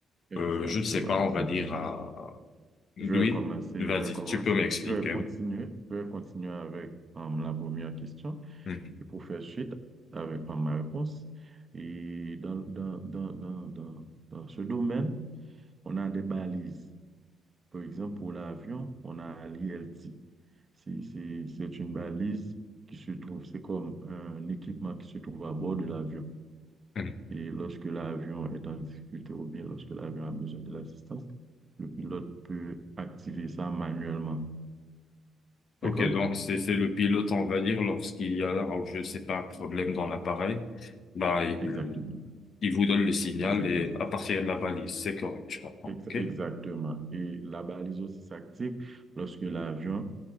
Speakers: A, on the right (about 30°); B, on the left (about 60°).
A: Exactement,
B: euh, je ne sais pas,
A: exactement.
B: on va dire, à, oui,
A: Je vais commencer,
B: vas-y,
A: je vais commencer,
B: tu peux m'expliquer.
A: je vais continuer,
B: oui.
A: je vais continuer avec euh, la première question
B: Mhm.
A: et pour faire suite avec euh, ma réponse. Et dans, dans, dans, dans, dans, dans ce domaine, on a des balises. Par exemple, pour l'avion, on a l'ILT. C'est c'est- c'est une balise qui se trouve, c'est comme un équipement qui se trouve à bord de l'avion.
B: Mhm.
A: Et lorsque l'avion est en difficulté ou bien lorsque l'avion a besoin de l'assistance, le pilote peut activer ça manuellement.
B: Ok,
A: D'accord?
B: donc c'est, c'est le pilote, on va dire, lorsqu'il y a, alors, je sais pas, un problème dans l'appareil, bah, il,
A: Exactement.
B: il vous donne le signal
A: Exactement.
B: et à partir de la balise, c'est correct, je comprends,
A: Ex-
B: ok?
A: Exactement. Et la balise aussi s'active lorsque l'avion